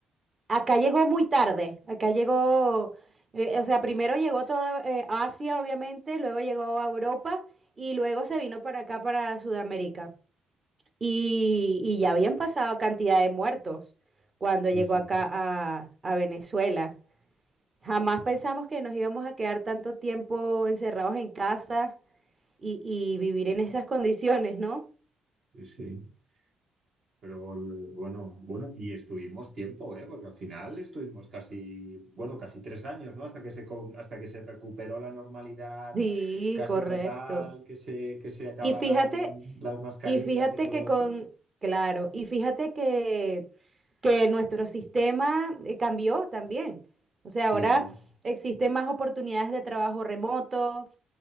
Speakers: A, on the right; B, on the right.
A: acá llegó muy tarde, acá llegó, eh, o sea, primero llegó toda eh, Asia, obviamente, luego llegó a Europa y luego se vino para acá, para Sudamérica. Y, y ya habían pasado cantidad de muertos cuando
B: Sí,
A: llegó
B: sí,
A: acá a, a Venezuela. Jamás pensamos que nos íbamos a quedar tanto tiempo encerrados en casa y, y vivir en esas condiciones, ¿no?
B: sí, sí. Pero el- bueno, bueno, y estuvimos tiempo, ¿eh? Porque al final estuvimos casi, bueno, casi tres años, ¿no? Hasta que se, co- hasta que se recuperó la normalidad
A: Sí,
B: casi
A: correcto.
B: total, que se, que se acabaran
A: Y fíjate
B: las mascarillas
A: Y fíjate
B: y todo
A: que
B: eso.
A: con, claro, y fíjate que, que nuestro sistema eh, cambió también. O sea,
B: Sí,
A: ahora existen más oportunidades de trabajo remoto,